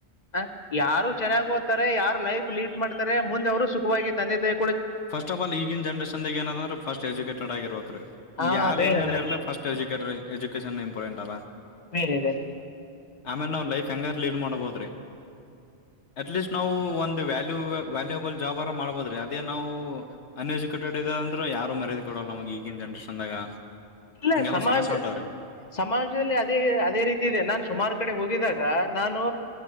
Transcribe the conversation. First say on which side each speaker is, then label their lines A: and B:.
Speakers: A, on the left; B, on the left.
A: ಹ ಯಾರು ಚೆನ್ನಾಗಿ ಓ್ತಾರೆ ಯಾರು ಲೈಫ್ ಲೀಡ್ ಮಾಡ್ತಾರೆ ಮುಂದೆ ಅವ್ರು ಸುಖವಾಗಿ ತಂದೆ ತಾಯ
B: ಫಸ್ಟ್ ಆಫ ಆಲ ಈಗ ಜನರೇನ್ ಏನ ಅಂದ್ರೆ ಸ್ ಎಜುಕಟೆಡ್ ಆಗಿರ್ಬೇಕ
A: ಹಾ
B: ಯಾರ
A: ಮೇನ್
B: ಹೆಂಗ
A: ಅಂದ್ರೆ
B: ಇರಲಿ ಫಸ್ಟ್ ಎಜು ಎಜುಕೇಶನ್ ಇಂಪಾರ್ಟೆಂಟ್ ಅದ
A: ಮೇನ್ ಇದೆ
B: ಆಮೇಲೆ ನಾವು ಲೈಫ್ ಕಂಗಾರ ಲೀಡ್ ಮಾಡಬೋದ್ರಿ ಅಟ್ಲೀಸ್ಟ್ ನಾವು ಒಂದ ವ್ಯಾಲ್ಯ ವ್ಯಾಲ್ಯೂಬಲ್ ಜಾಬ್ ಅರ ಮಾಡ್ಬೋದ್ರಿ ಅದೇ ನಾವು ಅನ್ ಎಜುಕೇಟೆಡ್ ಇದ ಅಂದ್ರೆ ಯಾರು ಮರ್ಯದಿ ಕೊಡಲ್ಲ ನಮಗೆ ಈಗಿನ ಜನ್ರೇಷನ್ದಾಗ
A: ಇಲ್ಲ
B: ಹಿಂಗೆಲ್ಲಾ
A: ಸಮಾಜ
B: ಸಮಸ್ಯೆ ಹೊಂಟಾವ್ರಿ
A: ಸಮಾಜದಲ್ಲಿ ಅದೇ ಅದೇ ರೀತಿ ಇದೆ ನಾನ್ ಸುಮಾರು ಕಡೆ ಹೋಗಿದಾಗ ನಾನು